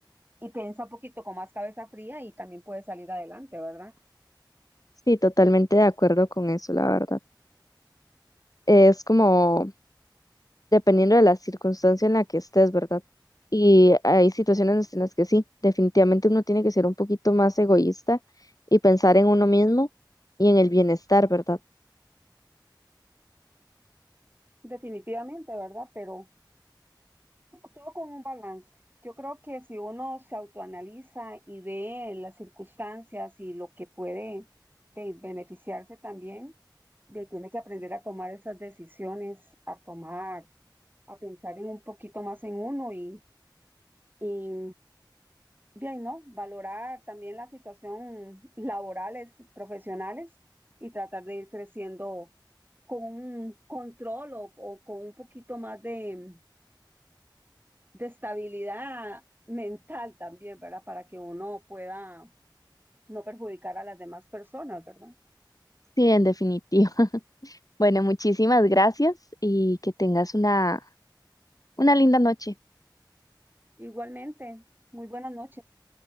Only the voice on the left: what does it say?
Sí, totalmente de acuerdo con eso, la verdad. Es como dependiendo de la circunstancia en la que estés, ¿verdad? Y hay situaciones en las que sí, definitivamente uno tiene que ser un poquito más egoísta y pensar en uno mismo y en el bienestar, ¿verdad?
Sí, en definitiva. <laughs> Bueno, muchísimas gracias y que tengas una, una linda noche.